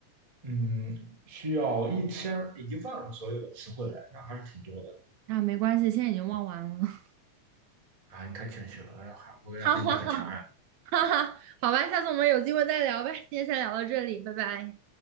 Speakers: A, on the right; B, on the right.
A: 嗯需要一千一万左右的词汇来，那还是挺多
B: 啊，没关系，现在已经忘完了。<laughs>
A: 的啊，你太谦虚了，还我感觉还你很强呀。
B: 哈哈哈哈哈，好吧，下次我们有机会再聊呗。今天先聊到这里，拜拜。